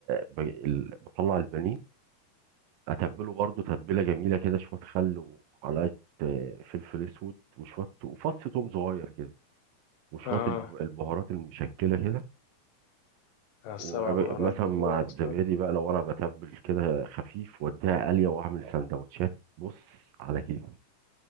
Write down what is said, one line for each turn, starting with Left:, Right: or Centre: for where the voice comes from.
Right: ب... ال- بطلع البانيه اتبله برضو تتبيله جميله كده شويه خل ومعلقه آه، فلفل اسود وشويه وفص توم صغير كده وشويه
Left: اه
Right: الب- البهارات المشكله كده
Left: السبع
Right: ومثلا
Left: بهارات بتوع
Right: مع الزبادي
Left: اصلا
Right: بقى لو انا بتبل كده خفيف واديها قليه واعمل سندوتشات بص على كيف